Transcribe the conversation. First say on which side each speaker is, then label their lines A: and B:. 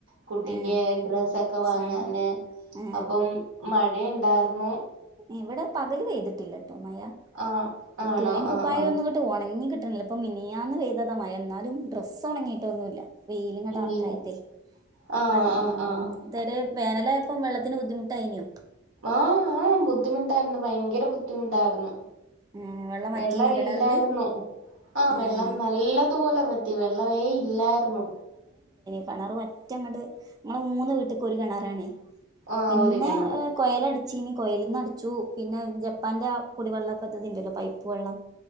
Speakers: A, on the right; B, on the right.
A: കുട്ടിക്ക്
B: ഏ
A: ഡ്രസ്സൊക്കെ വാങ്ങാന്
B: സാനം ഏ
A: അപ്പം മഴയുണ്ടാർ ന്ന്
B: ഇവിടെ പകല് പെയ്തിട്ടില്ല ട്ടൊ മഴ
A: ആ
B: ഇ
A: ആണോ
B: തുണിം കുപ്പായോം
A: ആ ആ
B: ഒന്നങ്ങട്ട് ഒണങ്ങി കി ട്ടിണില്ല ഇതിപ്പ മിനിഞ്ഞാന്ന് പെയ്തതാ മഴ എന്നാലും ഡ്രസ്സ് ഒണങ്ങിയിട്ടൊന്നു ഇല്ല. വെയിലിങ്ങട്ടർക്കായിട്ടേ
A: ഇല്ല ആഹ്
B: വൾ
A: ആഹ്
B: ഇം
A: ആഹ്
B: ഇത് വരെ വേനലായപ്പം വെള്ളത്തിന് ബുദ്ധിമുട്ടായിനു.
A: ആഹ് ആഹ് ബുദ്ധിമുട്ടായിരുന്നു. ഭയങ്കര ബുദ്ധിമുട്ടായിരുന്നു.
B: ഉം
A: വെള്ളം
B: വറ്റീനു കിണറില്
A: ഇല്ലായിരുന്നു ആഹ്
B: ഉം
A: വെള്ളം നല്ലതുപോലെ വറ്റി വെള്ളമേ ഇല്ലായിരുന്നു.
B: കിണർ വറ്റങ്ങട് ഞങ്ങള് മൂന്ന് വീട്ടിക്ക് ഒരു കിണറാണേ.
A: ആഹ്
B: പിന്നാ
A: ഒരു കിണറ്
B: കൊയലടിച്ചീനി. കൊയലീന്നടിച്ചു. പിന്നെ ജപ്പാന്റെ കുടിവെള്ള പദ്ധതി ഇണ്ടല്ലൊ പൈപ്പ് വെള്ളം.